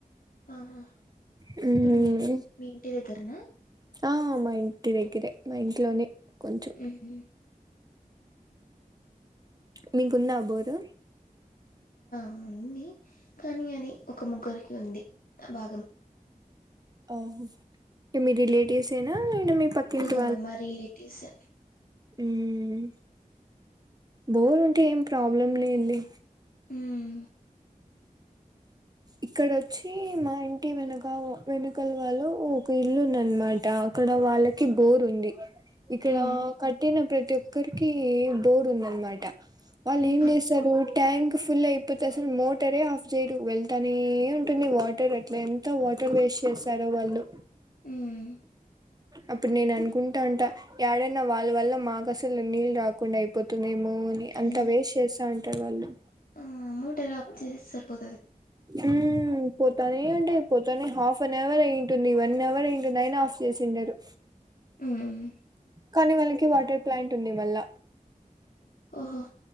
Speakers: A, on the left (about 75°); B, on the right (about 25°).
A: ఆహా
B: హుమ్
A: ఇప్పుడు మీ మీ ఇంటి దగ్గరనా
B: ఆ అవున మా ఇంటి దగ్గరే మా ఇంట్లోనే కొంచం
A: ఉహు
B: మీకుంద బోరు
A: అ ఉంది కానీ అది ఒక ముగ్గురికి ఉంది బా
B: ఆహా మీ రిలేటివ్స్ ఏనా లేదా మీ పక్కింటి
A: మ్ మా రిలేటివ్స్
B: మ్ బోరు ఉంటే ఏం ప్రాబ్లంలెండి
A: ఉమ్
B: ఇక్కడొచ్చి మా ఇంటి వెనక వెనక వాళ్ళ ఒక ఇల్లు ఉంది అనమాట అక్కడ వాళ్ళకి బోర్ ఉంది ఇక్కడ
A: ఉమ్
B: కట్టిన ప్రతి ఒక్కరికి బోర్ ఉందనమాట వాళ్ళు
A: ఉహు
B: ఏం చేస్తారు ట్యాంక్ ఫుల్లయిపోతే అసలు మోటరే ఆఫ్ చేయ్యరు వెళ్ తానే ఉంటుంది వాటర్ అట్లా ఎంత వాటర్ వేస్ట్ చేస్తారో వాళ్ళు
A: ఉమ్
B: అప్పుడు నేను అనుకుంటా ఉంటా ఎడైన్నా వాళ్ళ వల్ల మాకు అసలు నీళ్ళ రాకుండా అయిపో తుందేమో అని అంత
A: ఉహు
B: వేస్ట్ చేస్తా ఉంటారు వాళ్ళు
A: ఆ మోటర్ అప్ చేస్తే సరిపో
B: ఉమ్ పోతనే ఉం అయిపోతానే హాఫ్ అన్ అవర్ అయింటుంది వన్ అవర్ అయింటుంది అయన ఆఫ్ చేసిండరు
A: ఉమ్
B: కానీ వాళ్ళకి వాటర్ ప్లాంట్ ఉంది మాల్ల
A: హో